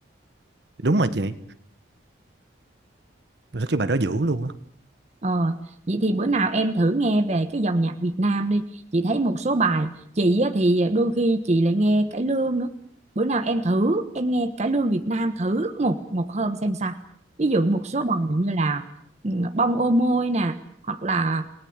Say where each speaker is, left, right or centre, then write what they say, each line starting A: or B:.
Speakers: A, on the right; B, on the right.
A: Đúng rồi chị. Em thích cái bài đó dữ luôn á.
B: Ờ, vậy thì bữa nào em thử nghe về cái dòng nhạc Việt Nam đi. Chị thấy một số bài, chị á thì đôi khi chị lại nghe cải lương nữa. Bữa nào em thử, em nghe cải lương Việt Nam thử một một hôm xem sao. Ví dụ một số bài như là ừ, Bông ô môi nè, hoặc là